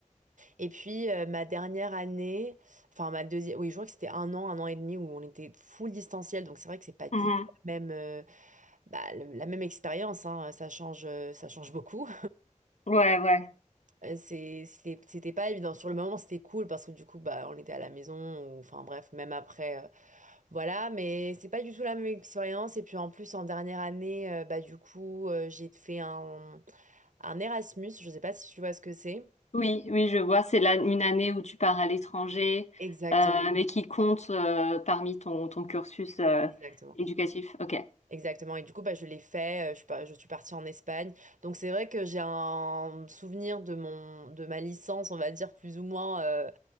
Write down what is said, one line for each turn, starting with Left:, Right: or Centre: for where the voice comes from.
Right: Et puis euh, ma dernière année, enfin ma deuxième, oui, je crois que c'était un an, un an et demi où on était full distanciel, donc c'est vrai que c'est pas du
Left: Mhm.
Right: tout la même, euh, bah, le- la même expérience, hein, ça change, euh, ça change beaucoup.
Left: Ouais, ouais.
Right: Euh, c'est, c'était c'était pas évident. Sur le moment, c'était cool parce que du coup, bah, on était à la maison, ou, enfin bref, même après, euh, voilà, mais c'est pas du tout la même expérience. Et puis en plus, en dernière année, euh, bah du coup, euh, j'ai fait un, un Erasmus, je sais pas si tu vois ce que c'est.
Left: Oui, oui, je vois. C'est là une année où tu pars à l'étranger,
Right: Exactement,
Left: euh, mais qui compte euh, parmi ton, ton cursus euh,
Right: exactement.
Left: éducatif. Ok. <laughs>
Right: Exactement. Et du coup, bah, je l'ai fait. euh, Je suis pas, je suis partie en Espagne. Donc, c'est vrai que j'ai un souvenir de mon, de ma licence, on va dire, plus ou moins, euh,